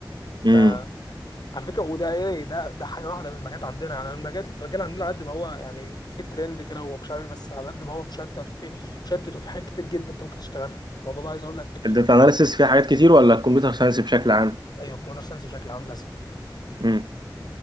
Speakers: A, on the left; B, on the right.
A: فعلى
B: امم
A: فكره وده ايه ده ده حاجه واحده من المجالات عندنا يعني المجال المجال عندنا على قد ما هو يعني في ترند كده ومش عارف إيه، بس على قد ما هو مشتت وفي مشتت وفي حاجات كتير جدا انت ممكن تشتغلها الموضوع ده عايز اقول لك <laughs>
B: الداتا اناليسيس فيها حاجات كتير ولا الكمبيوتر ساينس بشكل عام
A: ايوه الكمبيوتر ساينس بشكل عام للاسف
B: امم